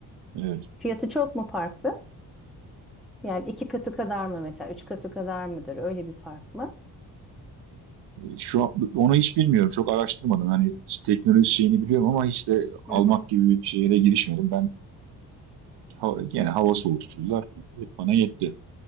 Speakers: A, on the right; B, in the centre.
A: Evet.
B: Fiyatı çok mu farklı? Yani iki katı kadar mı mesela? Üç katı kadar mıdır? Öyle bir fark mı?
A: Şu an, onu hiç bilmiyorum. Çok araştırmadım. Hani teknoloji şeyini biliyorum ama hiç de almak
B: Hı hı.
A: gibi bir şeye girişmedim. Ben hava, yani hava soğutucular hep bana yetti.